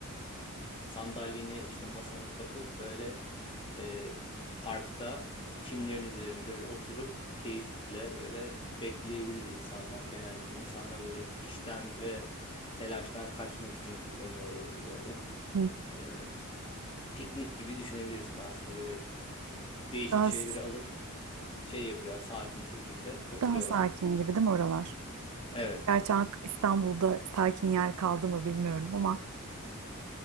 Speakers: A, on the left; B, on the right.
A: sandalyeni işte masanı kapıp böyle e, parkta çimlerin üzerinde böyle oturup keyifle böyle bekleyebilir insanlar. Genellikle insanlar böyle işten ve telaştan kaçmak için kullanıyor oraları böyle.
B: Hı.
A: E, piknik gibi düşünebilirsin aslında böyle değişik
B: Daha,
A: şeyleri
B: s-
A: alıp şey yapıyorlar sakin şekilde oturuyorlar.
B: daha sakin gibi değil mi oralar?
A: Evet.
B: Gerçi Ank- İstanbul'da sakin yer kaldı mı bilmiyorum ama